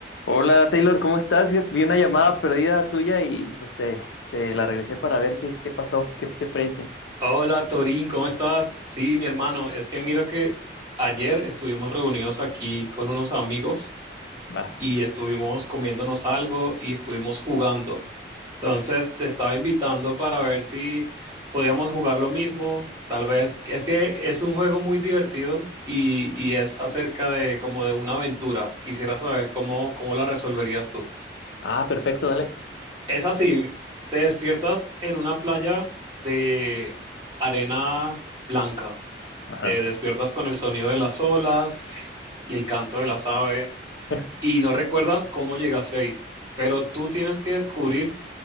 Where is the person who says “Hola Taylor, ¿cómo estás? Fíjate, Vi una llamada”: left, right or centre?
Left